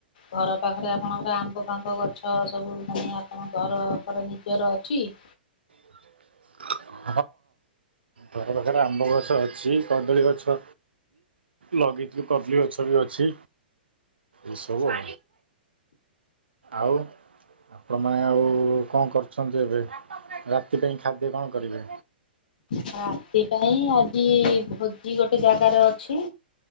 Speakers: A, on the left; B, on the right.
A: ଘର ପାଖରେ ଆପଣଙ୍କର ଆମ୍ବଫାମ୍ବ ଗଛ ସବୁ ମାନେ ଆପଣଙ୍କ ଘରର ଫର ନିଜର ଅଛି। <inaudible>
B: <inaudible> ଘର ପାଖରେ ଆମ୍ବଗଛ ଅଛି କଦଳୀଗଛ ଲଗେଇଥିଲ କଦଲି ଗଛ ବି ଅଛି। ଏସବୁ ଆ ଆଉ। ଆପଣମାନେ ଆଉ କଣ କରୁଛନ୍ତି ଏବେ? ରାତି ପାଇଁ ଖାଦ୍ୟ କଣ କରିବେ?
A: ରାତି ପାଇଁ ଆଜି ଭୋଜି ଗୋଟେ ଜାଗାରେ ଅଛି।